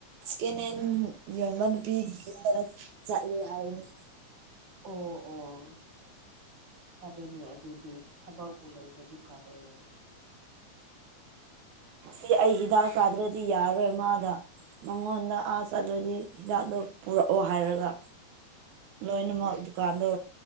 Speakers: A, on the right; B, on the right.
A: ꯆꯦꯅꯦꯟ ꯌꫭꯟꯕ ꯅꯨꯄꯤꯒꯤ ꯌꯨꯝꯗꯒ ꯆꯠꯂꯦ ꯍꯥꯏꯕꯅꯤ
B: ꯑꯣ ꯑꯣ ꯐꯔꯦꯅꯦ ꯑꯗꯨꯗꯤ ꯊꯕꯛꯕꯨ ꯂꯩꯔꯗꯤ ꯐꯔꯦ ꯎꯝ
A: ꯉꯁꯤ ꯑꯩ ꯍꯤꯗꯥꯛ ꯆꯥꯗ꯭ꯔꯗꯤ ꯌꯥꯔꯔꯣꯏ ꯑꯃꯥꯒ ꯃꯉꯣꯟꯗ ꯑꯥ ꯆꯠꯂꯗꯤ ꯍꯤꯗꯥꯛꯗꯣ ꯄꯨꯔꯛꯑꯣ ꯍꯥꯏꯔꯒ ꯂꯣꯏꯅꯃꯛ ꯗꯨꯀꯥꯟꯗꯣ